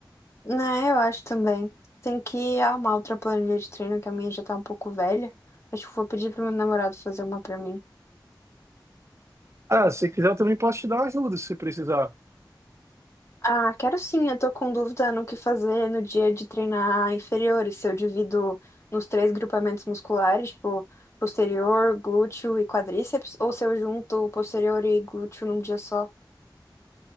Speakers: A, on the left; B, on the right.
A: Né, eu acho também. Tem que arrumar outra planilha de treino, que a minha já tá um pouco velha. Acho que vou pedir pro meu namorado fazer uma pra mim.
B: Ah, se quiser, eu também posso te dar uma ajuda se precisar.
A: Ah, quero sim, eu tô com dúvida no que fazer no dia de treinar inferiores, se eu divido nos três grupamentos musculares, tipo posterior, glúteo e quadríceps, ou se eu junto posterior e glúteo num dia só.